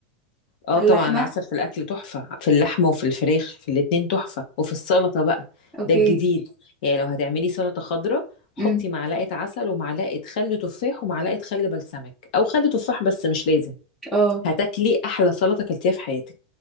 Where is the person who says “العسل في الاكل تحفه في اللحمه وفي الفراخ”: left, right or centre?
Left